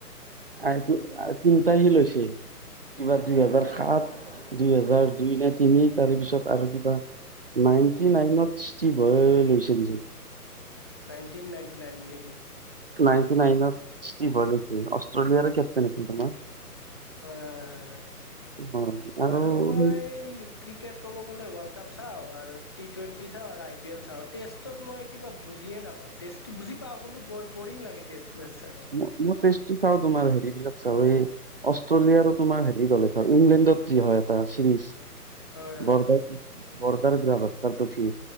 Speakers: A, on the right (about 40°); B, on the left (about 15°).
A: আ আ তিনিটা সি লৈছিল কিবা দুই হেজাৰ সাত দুই হেজাৰ দুই নে তিনি তাৰে পিছত আৰু কিবা নাইন নায়েনত ইচটিবয় লৈছিল
B: নাইনটিন নাইনটি নাইন নেকি
A: নাইনটি নাইনত ষ্টিভয়েল আছিল অষ্ট্ৰেলিয়াৰ কেপটেইন আছিল তোমাৰ
B: হয় হয় হয় হয়
A: হয় আৰু
B: বাৰু মই
A: সেই
B: ক্ৰিকেট ক'ব গ'লে ৱৰ্ল্ড কাপ চাওঁ আৰু টি টুৱেণ্টি চাওঁ আৰু আই পি এল চাওঁ টেষ্টত মই কিবা বুজিয়ে নাপাওঁ টেষ্ট টো বুজি পাওঁ কোনটো বৰ বৰিং লাগে টেষ্ট মেচ চালে।
A: ম মই তেষ্টি চাও তোমাৰ হেৰিবিলাক চব এই অষ্ট্ৰেলিয়াৰো তোমাৰ হেৰি দলেখন ইংলেণ্ডত যি হয় এটা চিৰিজ
B: হয় হয়
A: বৰদাৰ
B: হয়।
A: বৰদাৰ গ্ৰামস্থটো ফি